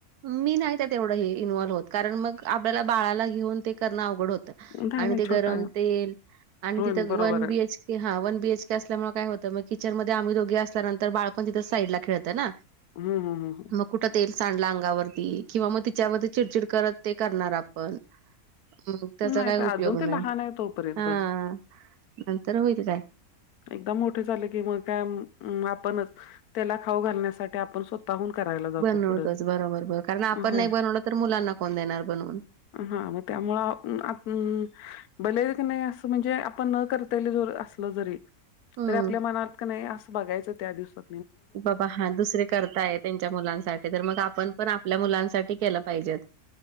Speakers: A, on the right; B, on the left.
A: मी नाही त्यात एवढंही इन्व्हल्व्ह होत, कारण मग आपल्याला बाळाला घेऊन ते करणं अवघड होत.
B: नाही
A: आणि
B: नाही
A: ते
B: छोटा
A: गरम
B: आहे
A: तेल, आणि
B: होय
A: तिथं
B: बरोबर
A: वन बीएच
B: आहे
A: के हा- वन बीएच के असल्यामुळे काय होतं मग किचन मध्ये आम्ही दोघे असल्यानंतर बाळपण तिथं साईडला खेळतं ना.
B: हम, हम, हम.
A: मग कुठं तेल सांडला अंगावरती किंवा मग तिच्यावरती चिडचिड करत ते करणार आपण‌. मग त्याचा
B: नाही
A: काही
B: तर
A: उपयोग
B: अजून ते
A: नाही,
B: लहान आहे तोपर्यंत.
A: हा नंतर होईल काय
B: एकदम मोठे झाले की मग काय आपणच त्याला खाऊ घालण्यासाठी आपण स् स्वतःहून करायला जातो
A: बनवतोच
B: पुढं ते.
A: बरोबर बरो कारण आपण
B: हं.
A: नाही बनवलं तर मुलांना कोण देणार बनवून.
B: हा मग त्यामुंम बले नाही असं म्हणजे आपण न करता ज असलं जरी
A: हम्म.
B: तरी आपल्या मनात का नाही असं बघायचं त्या दिवसात.
A: बाबा हा दुसरे करताय त्यांच्या मुलांसाठी तर मग आपण पण आपल्या मुलांसाठी केल पाहिजेत.